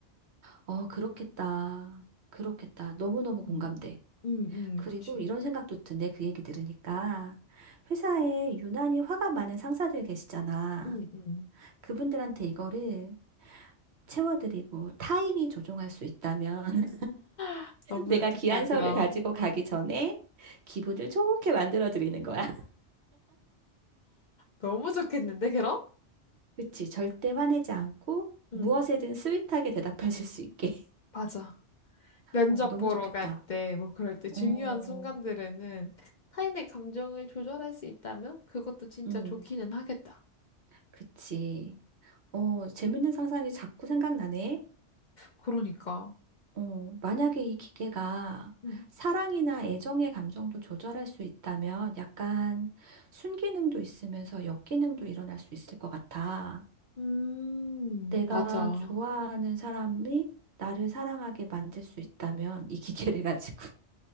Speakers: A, on the right; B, on the left.
A: 어, 그렇겠다. 그렇겠다. 너무너무
B: 음.
A: 공감돼.
B: 응, 응,
A: 그리고
B: 그치.
A: 이런 생각도 드네. 그 얘기 들으니까. 회사에 유난히 화가 많은 상사들 계시잖아.
B: 응, 응.
A: 그분들한테 이거를 채워드리고 타인이 조종할 수 있다면
B: <gasps> 너무
A: 내가
B: 좋겠다,
A: 귀한
B: 그럼.
A: 서를 가지고 가기 전에 기분을 좋게 만들어 드리는 거야. <laughs>
B: 너무 좋겠는데, 그럼?
A: 그치. 절대 화내지 않고 무엇에든
B: 응,
A: 스윗하게 대답하실 수 있게. <laughs>
B: 맞아. 면접
A: 어, 너무
B: 보러
A: 좋겠다.
B: 갈 때, 뭐 그럴 때 중요한
A: 어,
B: 순간들에는 타인의 감정을 조절할 수 있다면 그것도 진짜
A: 음,
B: 좋기는 하겠다.
A: 그치. 어, 재밌는 상상이 자꾸 생각나네.
B: 그러니까.
A: 어, 만약에 이 기계가
B: 음,
A: 사랑이나 애정의 감정도 조절할 수 있다면 약간 순기능도 있으면서 역기능도 일어날 수 있을 것 같아.
B: 음,
A: 내가
B: 맞아.
A: 좋아하는 사람이 나를 사랑하게 만들 수 있다면 이 기계를 가지고